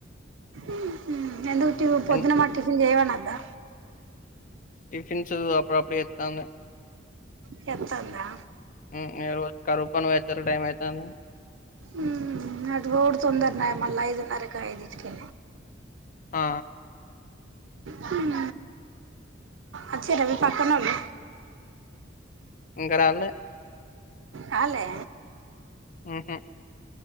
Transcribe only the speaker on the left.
ఎన్
టిఫిన్స్ అప్పుడు అప్పుడు చేత్తాంది
మ్ ఇగ రోజు కరువు పని పోయొచ్చేర్కి టైం అయితాంది
ఆ
ఇంకా రాల్లే
హుహు.